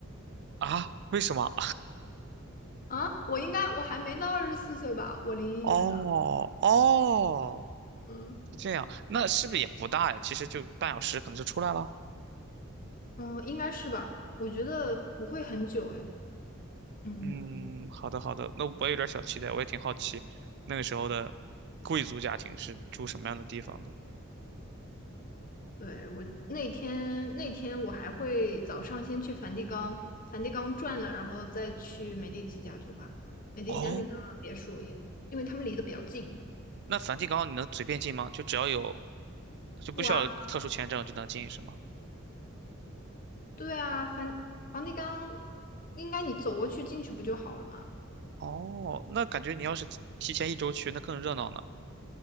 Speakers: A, on the right; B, on the left.
A: 啊？为什么？
B: 啊！我应该我还没到二十四岁吧？我零一年的，
A: 哦哦，
B: 嗯
A: 是这样，那是不是也不大呀？其实就半小时可能就出来了。
B: 嗯，应该是吧？我觉得不会很久哎，嗯，
A: 嗯，好的好的，那我有点小期待，我也挺好奇，那个时候的贵族家庭是住什么样的地方的？
B: 对，我那天那天我还会早上先去梵蒂冈，梵蒂冈转了，然后再去美第奇家族吧。美第奇家那个别墅也，
A: 哦，
B: 因为他们离得比较近。
A: 那梵蒂冈你能随便进吗？就只要有，就不需要特殊签证就能进是吗？
B: 不啊，对啊，梵梵蒂冈应该你走过去进去不就好了吗？
A: 哦，那感觉你要是提提前一周去，那更热闹呢。